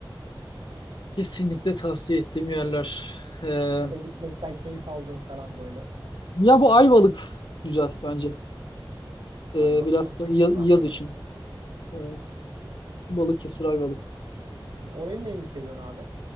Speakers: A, on the left; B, on the right.
A: Kesinlikle tavsiye ettiğim yerler. Ee,
B: Ya da gitmekten keyif aldığın falan böyle.
A: ya bu Ayvalık güzel bence. Ee,
B: Ayvalık,
A: biraz
B: Balıkesir
A: da ya-
B: taraflarına
A: yaz için.
B: mı?
A: Ee, Balıkesir Ayvalık.
B: Oranın neyini seviyorsun abi?